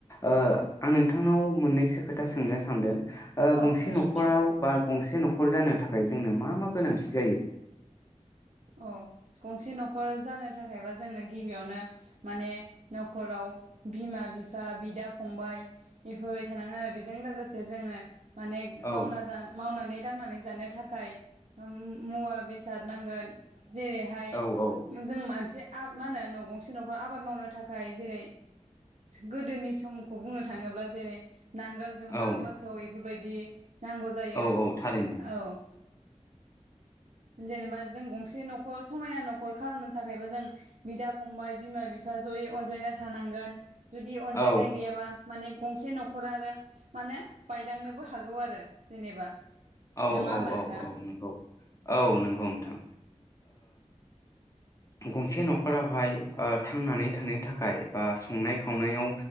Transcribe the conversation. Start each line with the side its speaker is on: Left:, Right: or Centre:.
Left: ओ आंनो औ मोननैसो खोथा सोंनो सानदों ओ
Right: औ
Left: गंसे
Right: सोंलाय
Left: न'खराव बा गंसे न'खर जानो थाखाय थाखाय जोंनो मा मा गोनांथि जायो?
Right: अ गंसे न'खर जानो थाखायबा जोंनो गिबियावनो माने न'खराव बिमा बिफा बिदा फंबाय एफोरबायदि थानांगोन आरो बेजों लोगोसे जोङो माने
Left: औ
Right: मावना जानो मावनानै दांनानै जानो थाखाय मुवा बेसाद नांगोन जेरैहाय
Left: औ औ
Right: जों मोनसे आ मा होनो न' गं गंसे न'खर आबाद मावनो थाखाय जेरै गोदोनि समखौ बुंनो थाङोब्ला जेरै नांगोल जुंगाल
Left: औ
Right: मोसौ एफोर बायदि नांगौ जायो
Left: औ औ थारैनो
Right: औ जेनेबा जों गंसे न'खर समायना न'खर खालामनो थाखायबो जों बिदा फंबाय बिमा बिफा जयै अनज्लायना थानांगोन जुदि अनज्लायनाय
Left: औ
Right: गैयाबा माने गंसे न'खर आरो माने बायलांनोबो हागौ आरो जेनेबा
Left: औ
Right: नङा
Left: औ
Right: होमबा
Left: औ
Right: नोंथां
Left: औ नंगौ औ नंगौ नोंथां ओ गंसे न'खरावहाय ओ थांनानै थानो थाखाय बा संनाय खावनायाव